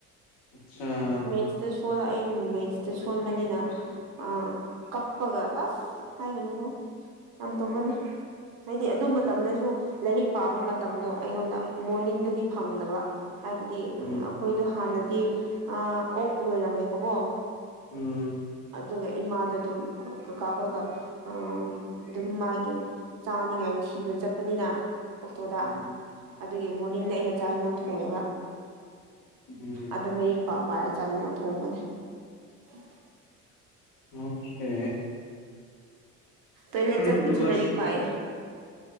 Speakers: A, on the left (about 50°); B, on the right (about 45°).
A: ꯑꯆꯥ
B: ꯃꯦꯠꯁꯇ ꯁꯣꯂ ꯑꯩ ꯃꯦꯠꯁꯇ ꯁꯨ ꯁꯣꯟꯕꯅꯤꯅ ꯑꯥ ꯀꯞꯄꯒ ꯑꯁ ꯍꯥꯏꯒꯅꯨꯀꯣ ꯌꯥꯝ ꯇꯧꯕꯅꯤ ꯍꯥꯏꯗꯤ ꯑꯗꯨ ꯃꯇꯝꯗꯁꯨ ꯂꯥꯏꯔꯤꯛ ꯄꯥꯕ ꯃꯇꯝꯗꯣ ꯑꯩꯉꯣꯟꯗ ꯃꯣꯔꯅꯤꯡꯗꯗꯤ ꯐꯪꯗꯕ ꯍꯥꯏꯕꯗꯤ
A: ꯎꯝ
B: ꯑꯈꯣꯏ ꯗꯣ ꯍꯥꯟꯅꯗꯤ ꯑ ꯑꯣꯛ ꯂꯣꯏꯔꯝꯃꯦꯕꯀꯣ
A: ꯎꯝ
B: ꯑꯗꯨꯒ ꯏꯃꯥꯗꯣ ꯑꯗꯨꯝ ꯀꯀꯥ ꯈꯣꯏꯒ ꯑꯥ ꯑꯗꯨꯝ ꯃꯥꯒꯤ ꯆꯥꯅꯤꯡꯉꯥꯏ ꯊꯤꯕ ꯆꯠꯄꯅꯤꯅ ꯑꯣꯛꯇꯣꯗ
A: ꯎꯝ
B: ꯑꯗꯨꯒꯤ ꯃꯣꯔꯅꯤꯡꯗ ꯑꯩꯅ ꯆꯥꯛ ꯍꯤꯟꯖꯥꯡ ꯊꯣꯡꯉꯦꯕ
A: ꯎꯝ
B: ꯑꯗ ꯂꯥꯏꯔꯤꯛ ꯄꯥ ꯄꯥꯔ ꯆꯥꯛ ꯍꯤꯟꯖꯥꯡ ꯊꯣꯡꯕꯅꯦ <inaudible>
A: ꯑꯣꯈꯦ
B: ꯇꯣꯏꯂꯦꯠ ꯆꯠꯄꯗꯁꯨ
A: ꯑꯗꯨ ꯀ꯭ꯂꯥꯁ
B: ꯂꯥꯢꯔꯤꯛ ꯄꯥꯏꯌꯦ